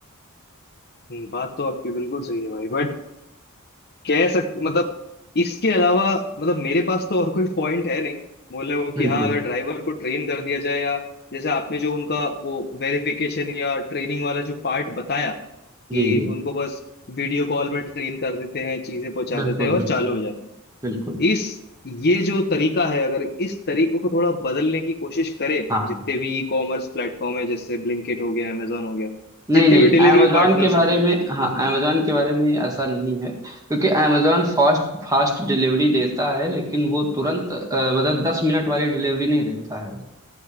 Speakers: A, on the left (about 45°); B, on the right (about 15°).
A: हम्म, बात तो आपकी बिल्कुल सही है भाई बट कह सक मतलब इसके अलावा मतलब मेरे पास तो और कोई पॉइंट है नहीं बोलने को कि
B: बिल्कुल
A: हाँ अगर ड्राइवर को ट्रेन कर दिया जाए या जैसे आपने जो उनका वो वेरिफिकेशन या ट्रेनिंग वाला जो पार्ट बताया कि
B: जी जी
A: उनको बस वीडियो कॉल में ट्रेन कर देते हैं चीजें पहुंचा
B: बिल्कुल
A: देते हैं और
B: बिल्कुल
A: चालू हो जाता
B: बिल्कुल
A: है इस ये जो तरीका है अगर इस तरीकों को थोड़ा बदलने की कोशिश करें
B: हाँ
A: जितने भी ई कॉमर्स प्लेटफॉर्म है जैसे ब्लिंकिट हो गया amazon हो गया जितने
B: नहीं नहीं
A: भी डिलीवरी
B: amazon
A: पार्टनर्स
B: के बारे
A: होते हैं
B: में हाँ amazon के बारे में ऐसा नहीं है क्योंकि amazon फास्ट फास्ट डिलीवरी देता है लेकिन वो तुरंत अ, मतलब दस मिनट वाली डिलीवरी नहीं देता है